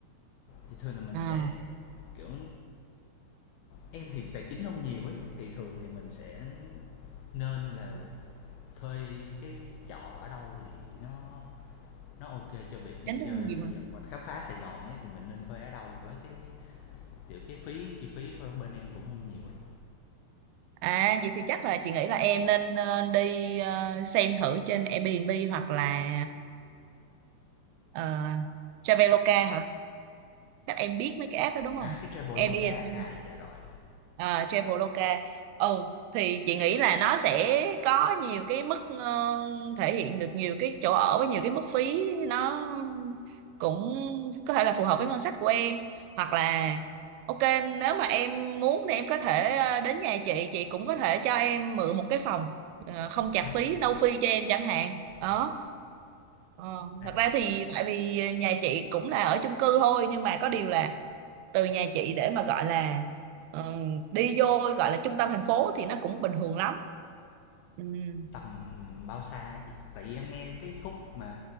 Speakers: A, on the left; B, on the right.
A: Thì thường là mình
B: À,
A: sẽ kiểu em thì tài chính không nhiều ấy thì thường thì mình sẽ nên là thuê cái trọ ở đâu thì nó nó ok cho việc đi
B: tính không
A: chơi
B: gì mà.
A: và khám phá Sài Gòn ấy thì mình nên thuê ở đâu với cái kiểu cái phí chi phí của bên em cũng không nhiều ấy
B: À, vậy thì chắc là chị nghĩ là em nên ờ, đi ờ, xem thử trên Airbnb hoặc là ờ, ờ, Traveloka hả? Chắc em biết mấy cái app đó đúng không?
A: À, cái Traveloka,
B: Airbnb
A: à dạ rồi.
B: à, Traveloka ừ thì chị nghĩ là nó sẽ có nhiều cái mức ờ, thể hiện được nhiều cái chỗ ở với nhiều cái mức phí nó cũng có thể là phù hợp với ngân sách của em hoặc là ok nếu mà em muốn thì em có thể ờ, đến nhà chị chị cũng có thể cho em mượn một cái phòng ờ, không chạc
A: À,
B: phí no fee cho em chẳng hạn đó
A: ủa,
B: Ờ,
A: à,
B: thật ra thì tại vì nhà chị cũng là ở chung cư thôi nhưng mà có điều là từ nhà chị để mà gọi là ừm, đi vô gọi là trung tâm thành phố thì nó cũng bình thường lắm Ừm,
A: tầm bao xa chị? Tại vì em nghe cái khúc mà